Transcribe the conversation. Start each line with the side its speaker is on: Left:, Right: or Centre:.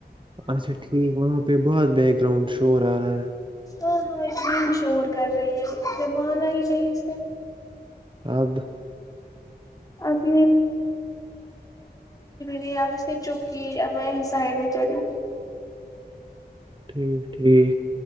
Right: اچھا ٹھیک وہاں پہ بہت بیک گراؤنڈ شور آ رہا ہے
Left: ہاں ہاں ا شور کر رہی ہے زبانہ ہی نہیں اس سے
Right: ہب <unintelligible>
Left: اب نے اب اس نے چپ کی اب میں ہی سائڈ میں چلی
Right: ٹھیک ٹھیک